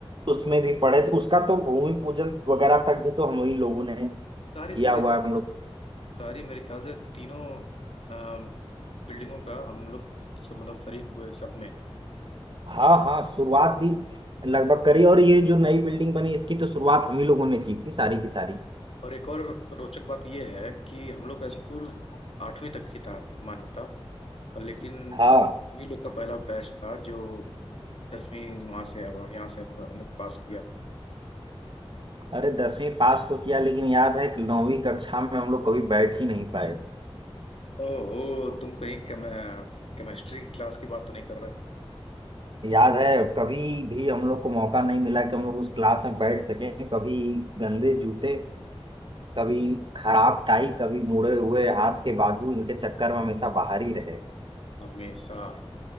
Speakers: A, on the right; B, on the left.
A: उसमें भी पढ़े थे उसका तो भूमि पूजन वगैरह तक भी तो हम ही लोगों ने
B: सारी
A: किया
B: सारी
A: हुआ है हम लोग
B: सारी मेरे ख्याल से तीनों अ, बिल्डिंगों का हम लोग सब- मतलब शरीक हुए सब में
A: हाँ हाँ शुरुआत भी लगभग करी और ये जो नई बिल्डिंग बनी इसकी तो शुरुआत हम ही लोगों ने की थी सारी की सारी
B: और एक और रोचक बात यह है कि हम लोग का स्कूल आठवीं तक की था मान्यता और लेकिन
A: हाँ
B: हम हम ही लोग का पहला बैच था जो दसवीं वहां से अब यहाँ से हम- हमने पास किया
A: अरे दसवीं पास तो किया लेकिन याद है कि नौवीं कक्षा में हम लोग कभी बैठ ही नहीं पाए
B: ओहो तुम कहीं केम, केमिस्ट्री क्लास की बात तो नहीं कर रहे
A: याद है कभी भी हम लोग को मौका नहीं मिला कि हम लोग उस क्लास में बैठ सकें कभी गंदे जूते कभी खराब टाई कभी मुड़े हुए हाथ के बाजू इनके चक्कर में हमेशा बाहर ही रहे
B: हमेशा